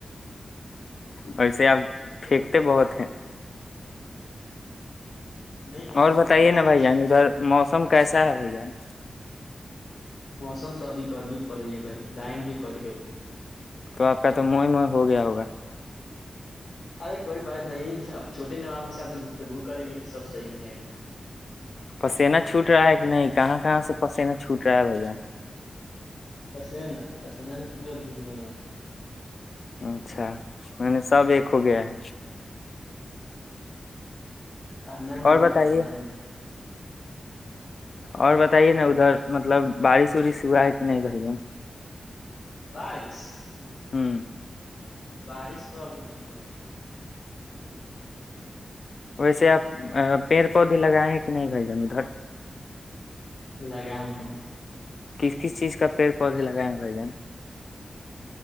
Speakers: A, on the left; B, on the left.
A: ویسے آپ پھینکتے بہت ہیں
B: نہیں بھائی
A: اور
B: جان
A: بتائیے
B: ہم کہاں
A: نا
B: کچھ
A: بھائی جان
B: پھینکتے
A: ادھر موسم کیسا ہے بھائی جان
B: موسم تو ابھی گرمی پڑ رہی ہے بھائی جن لائن بھی کٹ گئی
A: تو آپ کا تو موئی مو ہو گیا ہوگا
B: ارے کوئی بات نہیں اب چھوٹے نمام کے سے گفتگو کریں گے تو سب صحیح ہو جائے گا نا
A: پسینا چھوٹ رہا ہے کہ نہیں کہاں کہاں سے پسینا چھوٹ رہا ہے بھیا
B: پسینہ پسینہ سے تو پورا بھیج گئے ہیں
A: اچھا میں نے سب ایک ہو گیا ہے
B: ہاں نند
A: اور
B: یاار
A: بتائیے
B: ہے آ نند
A: اور بتائیے نا ادھر مطلب بارش وورش ہوا ہے کہ نہیں بھیا
B: بائیس
A: ہوں
B: بارش تو ابھی نہیں ہو رہی ہے
A: ویسے آپ پیڑ پودے لگائے ہیں کہ نہیں بھائی جن ادھر
B: لگائے ہیں
A: کس کس چیز کا پیڑ پودے لگائے ہیں بھائی جان